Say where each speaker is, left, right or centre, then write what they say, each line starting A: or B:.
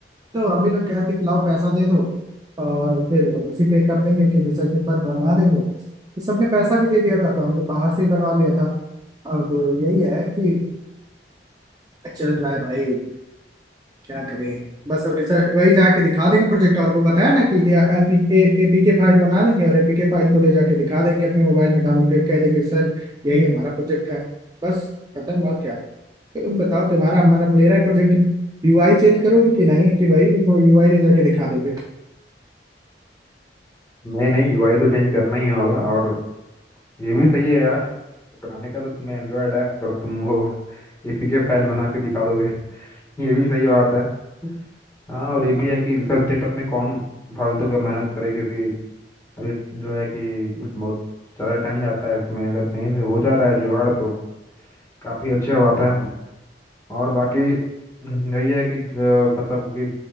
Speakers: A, on the right; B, on the left.
A: तो हम भी लोग कहते थे कि लाओ पैसा दे दो और फिर उसी पे कर देंगे कि रिसर्च पेपर बनवा देंगे तो सबने पैसा भी दे दिया था तो हमने बाहर से ही बनवा लिया था अब यही है कि चल रहा है भाई क्या करें बस अब रिसर्च वही जाके दिखा देंगे प्रोजेक्ट और वो बताया ना कि एपीके फाइल बना देंगे और एपीके फाइल को ले जाके दिखा देंगे अपने मोबाइल में डाउनलोड कह देंगे सर यही हमारा प्रोजेक्ट है बस खत्म और क्या तो तुम बताओ तुम्हारा हमारा मेरा प्रोजेक्ट यूआई चेंज करोगे कि नहीं कि भाई वो यूआई ले जाके दिखा दोगे
B: नहीं नहीं यूआई तो चेंज करना ही होगा और ये भी सही है यार बनाने का तो तुम्हें एंड्रॉयड ऐप पर तुम वो एपीके फाइल बना के दिखा दोगे <laughs> ये भी सही बात है हाँ और ये भी है कि रिसर्च पेपर में कौन फालतू का मेहनत करे क्योंकि अभी जो है कि बहुत ज़्यादा टाइम जाता है इसमें अगर कहीं से हो जा रहा है जुगाड़ तो काफ़ी अच्छी बात है और बाकी यही है कि ज- मतलब कि